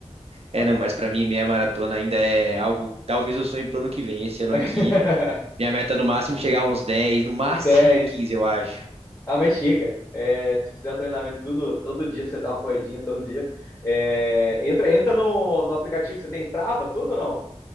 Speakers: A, on the right; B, on the left.
A: É,
B: Vai,
A: não, mas
B: vai.
A: para mim meia maratona ainda é algo, talvez eu sonhe pro ano que vem. Esse ano aqui
B: <laughs>
A: Minha meta é no máximo é chegar a uns 10, no máximo
B: Os dez
A: 15 eu acho.
B: Ah, mas chega. É, se fizer o treinamento tudo, todo dia, você dá uma corridinha todo dia. É, entra entra no, no aplicativo, você tem Strava, tudo ou não?